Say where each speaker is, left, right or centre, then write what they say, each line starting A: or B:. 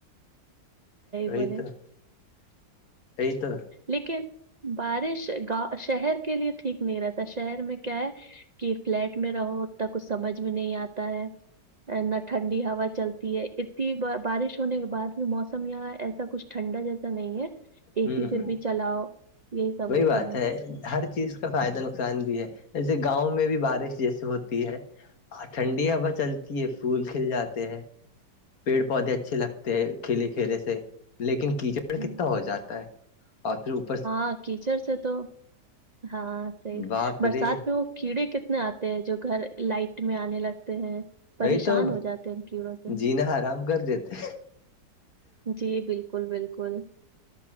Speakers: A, on the left (about 55°); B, on the right (about 65°).
A: <unintelligible>
B: بولے لیکن بارش گاؤں شہر کے لیے ٹھیک نہیں رہتا شہر میں کیا ہے کہ فلیٹ میں رہو ت کچھ سمجھ میں نہیں آتا ہے نہ ٹھنڈی ہوا چلتی ہے اتنی بارش ہونے کے بعد بھی موسم یہاں ایسا کچھ ٹھنڈا جیسا نہیں ہے اے
A: ہوں
B: سی پھر
A: ہ
B: بھی چلاؤ یہی سب
A: وہی
B: ہوتا
A: بات ہے ہر چیز کا فائدہ نقصان بھی ہے جیسے گاؤں میں بھی بارش جیسے ہوتی ہے ہ ٹھنڈی ہوا چلتی ہے پھول کھل جاتے ہیں پیڑ پودے اچھے لگتے ہیں کھیلے کھیلے سے لیکن کیچڑ پڑ
B: ہوں
A: کتنا ہو جاتا ہے اورھروپ
B: ہاں کیچڑ سے تو ہاں سحی
A: باپ
B: برسات
A: رے
B: پہ کیڑے کتنے آتے ہیں جو گھر لائٹ میں آنے لگتے ہیں پریشان
A: وہی تو
B: ہو جاتے ہیں ان کیڑوں سے
A: جینا آرام کر دیتے
B: جی بالکل بالکل کل <unintelligible>